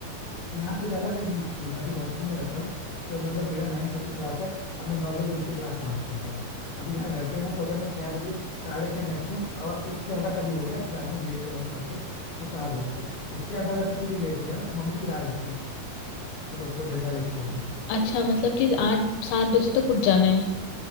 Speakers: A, on the left (about 65°); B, on the left (about 80°).
A: यहाँ पे ज्यादा सेल्फ डिसिप्लिन है अभी हॉस्टल में रहता हूँ तो मतलब मेरा नाइन थर्टी क्लास है अब मैं नौ बजे उठ के क्लास पहुंच जाता हूँ अभी यहाँ घर पे हूँ तो अगर मैं छह बजे साढ़े छह मैक्सिमम और उससे ज्यादा कभी हो गया कि रात में लेट सोया हूँ पढ़ के तो सात बजे तक उससे ज्यादा अगर किसी दिन लेट हो गया ना तो मम्मी फिर आ जाती है सुबह सुबह डंडा लेके वो भी
B: अच्छा मतलब कि आठ सात बजे तक उठ जाना है